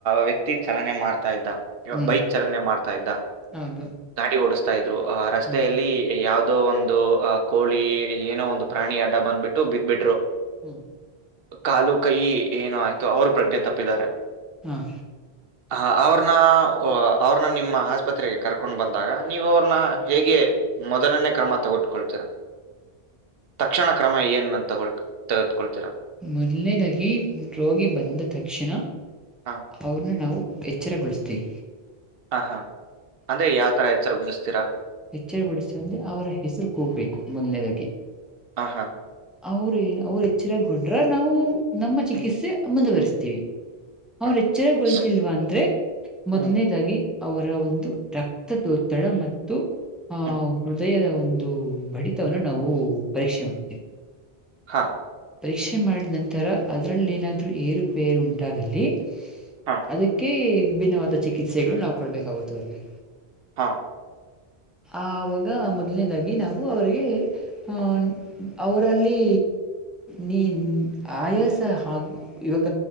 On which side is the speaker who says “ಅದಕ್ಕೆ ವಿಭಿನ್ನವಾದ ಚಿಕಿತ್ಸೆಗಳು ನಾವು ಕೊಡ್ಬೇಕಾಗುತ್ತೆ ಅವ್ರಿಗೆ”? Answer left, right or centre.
Centre